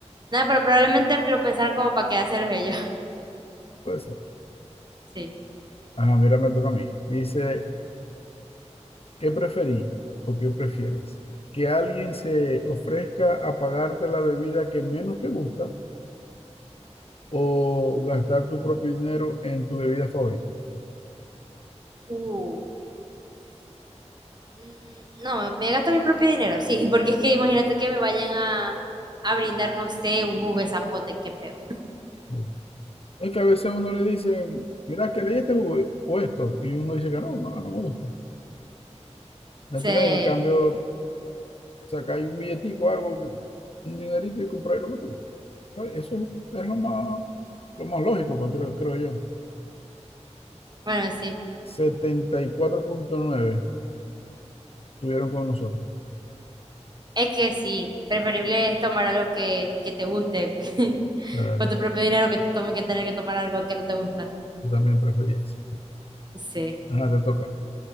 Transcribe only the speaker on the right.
Nada, pero probablemente lo pensaron como para quedárselos ellos.
<laughs> Sí.
Uh. Mm, No, me gasto mi propio dinero, sí, <laughs> porque es que imagínate que me vayan a, a brindar, no sé, un jugo de zapote, qué feo.
Sí,
bueno, sí,
es que sí, preferible es tomar algo que, que te guste <laughs>
con tu propio dinero que, tome, que tener que tomar algo que no te gusta.
Sí.